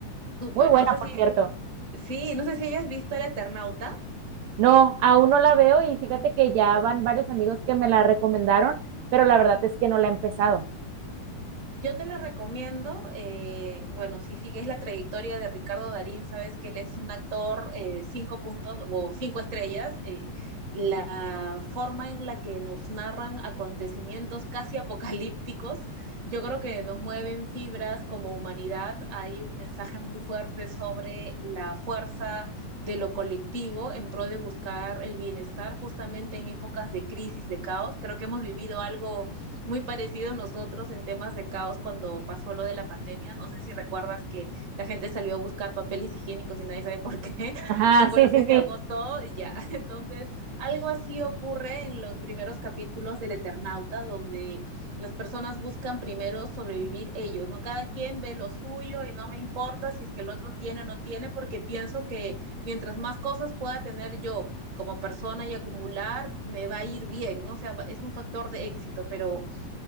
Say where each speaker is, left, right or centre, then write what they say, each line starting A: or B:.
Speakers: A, on the right (about 40°); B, on the right (about 75°).
A: Súper.
B: Muy buena,
A: No sé si
B: por cierto.
A: Sí, no sé si hayas visto El Eternauta.
B: No, aún no la veo y fíjate que ya van varios amigos que me la recomendaron, pero la verdad es que no la he empezado.
A: Yo te la recomiendo. eh, bueno, si sigues la trayectoria de Ricardo Darín, sabes que él es un actor eh, cinco puntos o cinco estrellas. eh, la forma en la que nos narran acontecimientos casi apocalípticos, yo creo que nos mueven fibras como humanidad. Hay un mensaje muy fuerte sobre la fuerza de lo colectivo en pro de buscar el bienestar justamente en épocas de crisis, de caos. Creo que hemos vivido algo muy parecido a nosotros en temas de caos cuando pasó lo de la pandemia. No sé si recuerdas que la gente salió a buscar papeles higiénicos y nadie sabe por qué, <laughs>
B: Ajá,
A: que fue
B: sí,
A: lo
B: sí,
A: que se
B: sí,
A: agotó y ya. <laughs> Entonces, algo así ocurre en los primeros capítulos del Eternauta, donde las personas buscan primero sobrevivir ellos, ¿no? Cada quien ve lo suyo y no me importa si es que el otro tiene o no tiene, porque pienso que mientras más cosas pueda tener yo como persona y acumular, me va a ir bien, ¿no? O sea, es un factor de éxito, pero